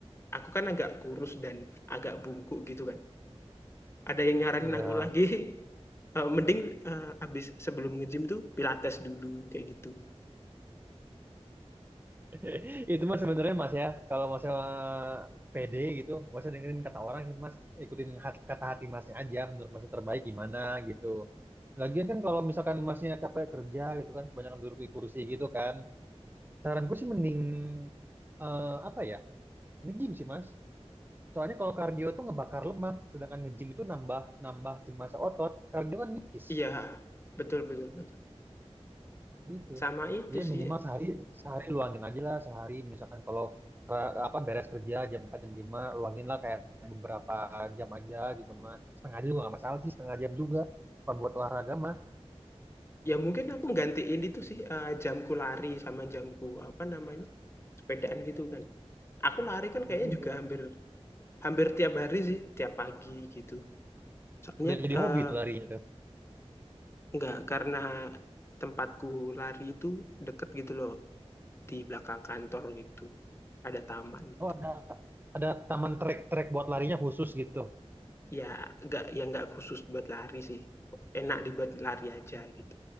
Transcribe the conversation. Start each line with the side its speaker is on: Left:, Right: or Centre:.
Left: aku kan agak kurus dan agak bungkuk gitu kan. Ada yang nyaranin
Right: ya
Left: aku lagi, <laughs> eee, mending, eee, habis sebelum nge-gym tuh pilates dulu kayak gitu.
Right: <laughs> itu mas sebenarnya mas ya kalau mas PD gitu mas dengerin kata orang sih mas ikutin hat- kata hati masnya aja menurut mas terbaik gimana gitu Lagian kan kalau misalkan masnya capek kerja gitu kan kebanyakan duduk di kursi gitu kan Saranku sih mending eh, apa ya? Nge-gym sih, Mas. Soalnya kalau kardio tuh ngebakar lemak, sedangkan nge-gym itu nambah nambah si massa otot. Kardio kan nipis
Left: Iya, betul betul betul.
Right: gitu.
Left: Sama itu
Right: Ya
Left: sih,
Right: minimal sehari sehari luangin aja lah sehari misalkan kalau ke- apa beres kerja jam 4 jam 5, luangin lah kayak beberapa jam aja gitu Mas. Setengah jam juga nggak masalah sih, setengah jam juga Kalau buat olahraga mah.
Left: ya mungkin aku nggantiin itu sih, eee, jamku lari sama jamku, apa namanya, sepedaan gitu kan. Aku lari kan
Right: Iya.
Left: kayaknya juga hampir hampir tiap hari sih, tiap pagi gitu. Soalnya,
Right: Udah jadi
Left: eee,
Right: hobi tuh larinya tuh.
Left: nggak karena tempatku lari itu deket gitu loh, di belakang kantor gitu, ada taman gitu.
Right: Oh, ada ada taman trek-trek buat larinya khusus gitu.
Left: Ya nggak ya nggak khusus buat lari sih, enak dibuat lari aja gitu.